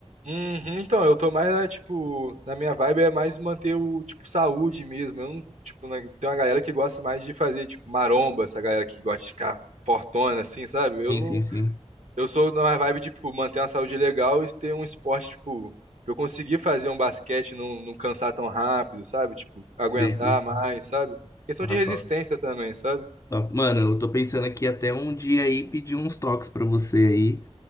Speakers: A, on the right; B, on the left.
A: Uhum, então, eu tô mais, né, tipo, na minha vibe é mais manter o, tipo, saúde mesmo. Eu não, tipo, né, tem uma galera que gosta mais de fazer, tipo, maromba, essa galera que gosta de ficar fortona, assim, sabe? Eu
B: Sim,
A: não,
B: sim, sim.
A: eu sou na vibe, tipo, manter uma saúde legal e ter um esporte, tipo, pra eu conseguir fazer um basquete, e não, não cansar tão rápido, sabe? Tipo, aguentar
B: Sim, sim, sim.
A: mais, sabe? Questão
B: Ah,
A: de resistência
B: top,
A: também, sabe?
B: top. Mano, eu tô pensando aqui até um dia aí pedir uns toques pra você aí.